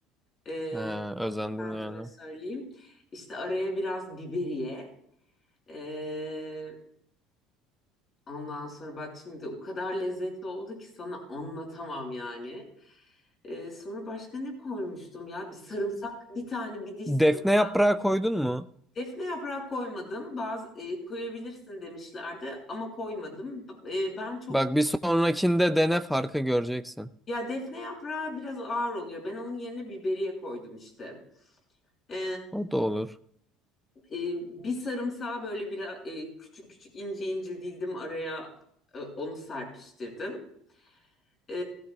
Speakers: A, on the left (about 35°); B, in the centre.
A: Ee,
B: He, özendim
A: kendime
B: yani.
A: söyleyeyim. İşte araya biraz biberiye. ee, ondan sonra bak şimdi o kadar lezzetli oldu ki sana anlatamam yani. Ee, sonra başka ne koymuştum ya? Bir sarımsak, bir tane bir diş sarımsak
B: Defne yaprağı koydun mu?
A: Defne yaprağı koymadım. Bazı e, koyabilirsin demişlerdi ama koymadım. e, ben çok
B: Bak bir sonrakinde dene farkı göreceksin.
A: ya defne yaprağı biraz ağır oluyor. Ben onun yerine biberiye koydum işte. E,
B: O da olur.
A: e, bir sarımsağı böyle bir küçük küçük ince ince dildim araya e, onu serpiştirdim. E,